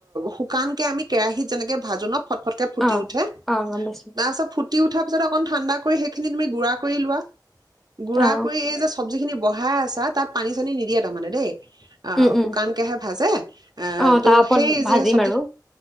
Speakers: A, on the right; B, in the centre.
A: শুকানকে আমি কেৰাহীত যেনেকে ভাজো ন। ফটফটকৈ ফুটি
B: অ
A: উঠে। তাৰপিছত
B: অ গম পাইছো
A: ফু ফুতি উঠাৰ পিছ অকণ ঠাণ্ডা কৰি সেইখিনি তুমি গুড়া কৰি লোৱা। গুড়া
B: অ
A: কৰি এই যে সবজি খিনি। বঢ়াই আছা তাত পানী চানী নিদিয়ে তাৰমানে দেই। আ
B: উম উম
A: শুকানকেহে ভাজে এ'
B: অ তাৰ
A: ত'
B: ওপৰত
A: সেই
B: ভাজিম
A: যে সবজি
B: আৰু